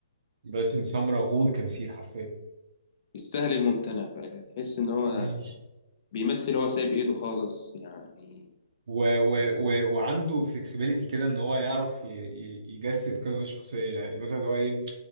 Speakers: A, on the right; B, on the left.
A: باسم سمرة غول تمثيل حرفيا
B: السهل الممتنع بقى تحس ان هو
A: مم.
B: بيمثل هو سايب ايده خالص يعني
A: و و و وعنده فلكسبيليتي كده ان هو يعرف ي- ي- يجسد كذا شخصية يعني مثلا اللي هو ايه